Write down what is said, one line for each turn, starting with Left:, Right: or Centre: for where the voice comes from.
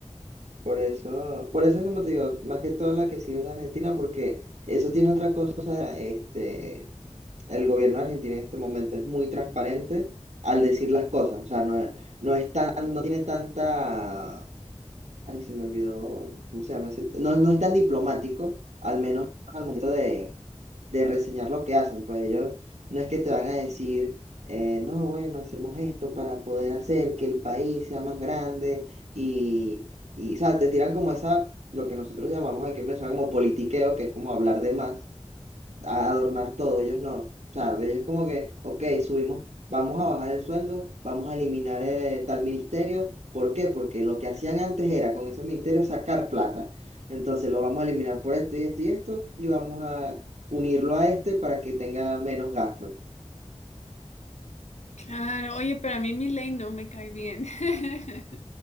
Right: Por eso, por eso es como te digo, más que todo la que sigo es de Argentina, porque eso tiene otra cosa, este, el gobierno argentino en este momento es muy transparente al decir las cosas, o sea, no, es- no es tan, no tiene tanta Ay, se me olvidó, ¿cómo se llama ese? No, no es tan diplomático, al menos al momento de, de reseñar lo que hacen, pues ellos no es que te van a decir, eh, no, bueno, hacemos esto para poder hacer que el país sea más grande y, y, o sea, te tiran como esa, lo que nosotros llamamos aquí en Venezuela como politiqueo, que es como hablar de más a adornar todo, ellos no. O sea, de ellos como que, ok, subimos, vamos a bajar el sueldo, vamos a eliminar eh, tal ministerio. ¿Por qué? Porque lo que hacían antes era con ese ministerio sacar plata. Entonces lo vamos a eliminar por esto y esto y esto y vamos a unirlo a este para que tenga menos gasto.
Left: Claro, oye, pero a mí ley no me cae bien. <laughs>